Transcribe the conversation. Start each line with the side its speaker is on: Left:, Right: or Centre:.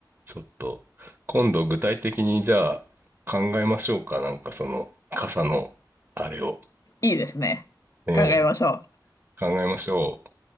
Right: ちょっと、今度具体的にじゃあ考えましょうか。なんかその傘のあれを、
Left: いいですね。
Right: ねえ、
Left: 考えましょう。
Right: 考えましょう。